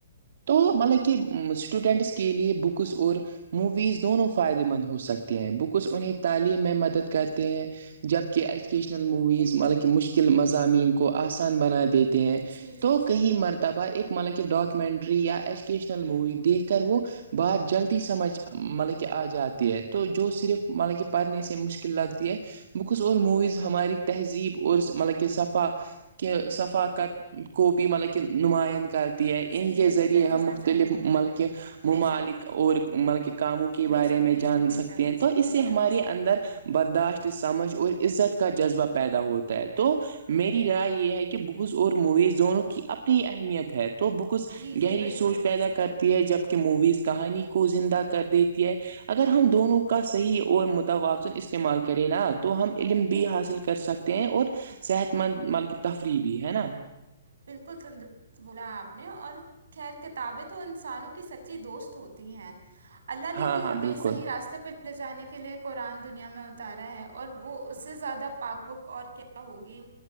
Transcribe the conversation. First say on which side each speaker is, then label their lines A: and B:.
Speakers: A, on the right; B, on the right.
A: تو مطلب کہ اسٹوڈنٹس کے لیے بکس اور موویز دونوں فائدے مند ہو سکتے ہیں بکس انہیں
B: جی
A: تعلیم میں مدد کرتے ہیں جبکہ ایچ وکیشنل موویز مطلب کہ مشکل مضامین کو آسان بنا دیتے ہیں
B: جی جی
A: تو
B: جی
A: کہیں مرتبہ ایک مطلب کہ ڈاکومنٹ ری یا ایجوکیشنل مووی دیکھ کر وہ بات جلدی سمجھ مطلب آ جاتی ہے تو جو صرف مطلب کہ پڑھنے سے مشکل لگتی ہے وہ کچھ اور موویز ہماری تہذیب عرس مطلب کہ صثفا کے ثفاقت کو بھی ملب کہ نماند کرتی ہے
B: جی
A: ان کے
B: جی
A: ذریعے
B: جی میں
A: ہم
B: سمجھ
A: مختلف
B: رہی ہوں
A: ملک ممالک
B: بے شک
A: اور ملک کاموں کے بارے
B: بے شک
A: میں
B: بے
A: جان
B: شک بے
A: سکتے
B: شک
A: ہیں تو
B: بے
A: اسے
B: شک
A: ہمارے اندر برداشت سمجھ اور عزت کا جذبہ پیدا ہوتا ہے تو میری رائے یہ ہے کہ بکس اور موویز دونوں کی اپنی اہمیت ہے تو بکس
B: جی جی
A: گہری
B: بالکل
A: سوچ پیدا
B: جی
A: کرتی ہے جبک موویز کہانی کو زندہ کر دیتی ہے اگر ہم دونوں کا صحیح اور متوازن استعمال کریں نا تو ہم علم بھی حاصل کر سکتے ہیں اور صحت مند مطلب کہ تفریح بھی ہے نا
B: بالکل تندرست بولا آپ نے اور خیر کتابیں تو انسانوں کی سچی دوست ہوتی ہیں اللہ نے
A: ہاں
B: بھی
A: ہاں
B: ہمیں
A: بالکل
B: صحی راستے پہ ل لے جانے کے لیے قرآن دنیا میں اتارا ہے اور وہ اس سے زیادہ پاک بک اور کیا ہوگی